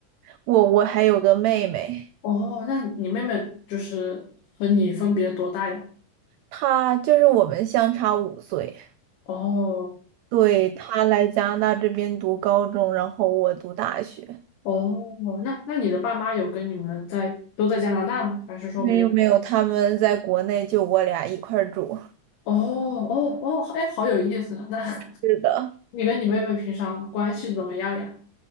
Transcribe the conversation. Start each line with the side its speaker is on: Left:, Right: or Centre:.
Right: 我我还有个妹妹，
Left: 哦，那你妹妹就是和你分别多大呀？
Right: 她就是我们相差五岁。
Left: 哦
Right: 对，她来加拿大这边读高中，然后我读大学。
Left: 哦，那那你的爸妈有跟你们在都在加拿大吗？还是说没有？
Right: 没有没有，他们在国内就我俩一块儿住。
Left: 哦哦哦，哎，好有意思啊！那 <laughs>
Right: 是的，
Left: 你跟你妹妹平常关系怎么样呀？